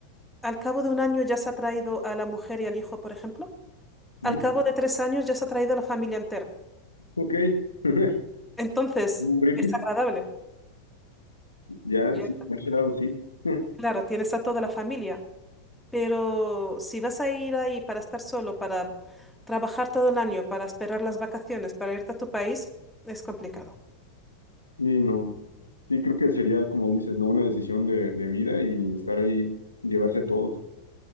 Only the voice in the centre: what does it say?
al cabo de un año ya se ha traído a la mujer y al hijo, por ejemplo,
al cabo de tres años ya se ha traído a la familia entera.
Entonces,
es agradable.
Ya,
claro, tienes a toda la familia, pero si vas a ir ahí para estar solo, para trabajar todo el año, para esperar las vacaciones, para irte a tu país, es complicado.